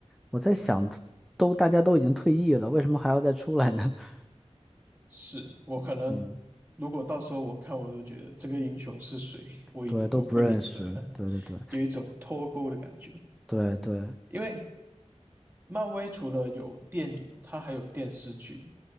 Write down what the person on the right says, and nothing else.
是我可能，
如果到时候我看，我都觉得这个英雄是谁，我已经都不认得了，
有一种脱钩的感觉。
因为漫威除了有电影，它还有电视剧，